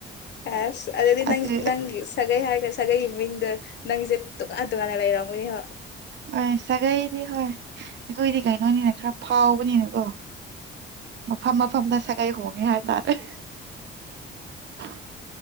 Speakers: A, on the left; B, on the right.
A: ꯄꯁ ꯑꯗꯤ
B: ꯑꯗꯨ
A: ꯅꯪ ꯅꯪ ꯁꯒꯩ ꯍꯥꯏꯒꯁꯦ ꯁꯥꯒꯩꯒꯤ ꯃꯤꯡꯗꯣ ꯅꯪꯁꯦ ꯇꯣꯉꯥꯟ ꯇꯣꯉꯥꯟꯅ ꯂꯩꯔꯝꯒꯅꯤ ꯍꯣ
B: ꯍꯣꯏ ꯁꯥꯒꯩꯗꯤ ꯍꯣꯏ ꯑꯩꯈꯣꯏꯗꯤ ꯀꯩꯅꯣꯅꯤꯅ ꯈꯔ ꯐꯥꯎꯕꯅꯤꯅꯀꯣ ꯃꯐꯝ ꯃꯐꯝꯗ ꯁꯒꯩ ꯍꯣꯡꯉꯦ ꯍꯥꯏꯇꯥꯔꯦ <unintelligible>